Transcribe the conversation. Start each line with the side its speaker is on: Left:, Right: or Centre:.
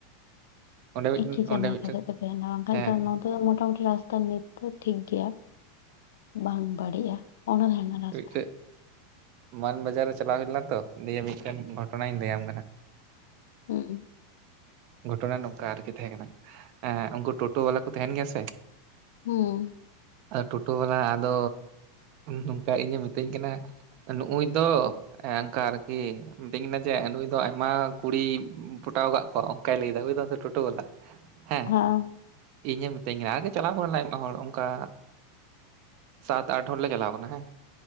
Right: ᱚᱸᱰᱮ ᱢᱤᱫᱴᱮᱱ
Left: ᱮᱠᱤ ᱡᱟᱱᱤᱠᱟ
Right: ᱚᱸᱰᱮ ᱢᱤᱫᱴᱮᱱ
Left: ᱟᱠᱟᱫ ᱛᱟᱯᱮᱭᱟ ᱱᱚᱣᱟ ᱵᱟᱝᱠᱷᱟᱱ
Right: ᱦᱮᱸ
Left: ᱫᱚ
Right: ᱦᱮᱸ
Left: ᱱᱚᱣᱟ ᱫᱚ ᱢᱚᱴᱟᱢᱩᱴᱤ ᱨᱟᱥᱛᱟ ᱨᱟᱥᱛᱟ ᱱᱤᱛ ᱫᱚ ᱴᱷᱤᱠ ᱜᱮᱭᱟ ᱵᱟᱝ ᱵᱟᱹᱲᱤᱡᱼᱟ ᱚᱱᱟ ᱛᱟᱦᱮᱱᱟ ᱨᱟᱥᱛᱟ
Right: ᱢᱤᱫᱴᱮᱱ ᱢᱟᱱ ᱵᱟᱡᱟᱨ ᱨᱮ ᱪᱟᱞᱟᱣ ᱦᱩᱭ ᱞᱮᱱᱟ ᱛᱚ ᱫᱤᱭᱟᱹ ᱢᱤᱫᱴᱮᱱ ᱜᱷᱚᱴᱚᱱᱟᱧ ᱞᱟᱹᱭᱟᱢ ᱠᱟᱱᱟ
Left: ᱦᱢᱸ
Right: ᱜᱷᱚᱴᱚᱱᱟ ᱱᱚᱝᱠᱟ ᱟᱨᱠᱤ ᱛᱟᱦᱮᱸ ᱠᱟᱱᱟ ᱮ ᱩᱱᱠᱩ ᱴᱳᱴᱳ ᱵᱟᱞᱟ ᱠᱚ ᱛᱟᱦᱮᱱ ᱜᱮᱭᱟ ᱥᱮ
Left: ᱦᱢᱸ
Right: ᱟᱫᱚ ᱴᱳᱴᱳ ᱵᱟᱞᱟ ᱟᱫᱚ ᱱᱚᱝᱠᱟ ᱤᱧᱮ ᱢᱤᱛᱟᱹᱧ ᱠᱟᱱᱟ ᱱᱩᱜᱩᱭᱩᱭ ᱫᱚ ᱚᱱᱠᱟ ᱟᱨᱠᱤ ᱢᱤᱛᱟᱹᱧ ᱠᱟᱱᱟ ᱡᱮ ᱱᱩᱭ ᱫᱚ ᱟᱭᱢᱟ ᱠᱩᱲᱤ ᱯᱚᱴᱟᱣ ᱠᱟᱜ ᱠᱚᱣᱟ ᱚᱱᱠᱟᱭ ᱞᱟᱹᱭ ᱮᱫᱟᱭ ᱵᱩᱡ ᱮᱫᱟᱢ ᱛᱚ ᱴᱳᱴᱳ ᱵᱟᱞᱟ ᱦᱮᱸ
Left: ᱦᱢᱸ
Right: ᱤᱧᱮ ᱢᱤᱛᱟᱹᱧ ᱠᱟᱱᱟ ᱟᱜᱮ ᱪᱟᱞᱟᱣ ᱦᱩᱭ ᱞᱮᱱ ᱢᱮ ᱦᱚᱲ ᱚᱱᱠᱟ ᱥᱟᱛ ᱟᱴ ᱦᱚᱲ ᱞᱮ ᱪᱟᱞᱟᱣ ᱠᱟᱱᱟ ᱦᱮᱸ